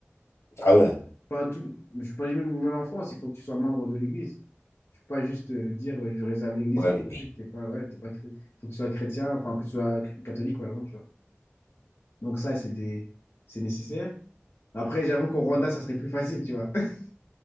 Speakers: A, on the left; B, on the left.
A: Ah ouais,
B: Enfin, tout, je pense même, même en France, il faut que tu sois membre de l'église. Tu peux pas juste euh, dire, ouais, je réserve l'église
A: ouais,
B: pour
A: le-
B: que t'es pas, ouais, t'es pas, cré- faut que tu sois chrétien, enfin, que tu sois cr- catholique, par exemple, tu vois. Donc ça, c'est des, c'est nécessaire. Après, j'avoue qu'au Rwanda, ça serait plus facile, tu vois. <laughs>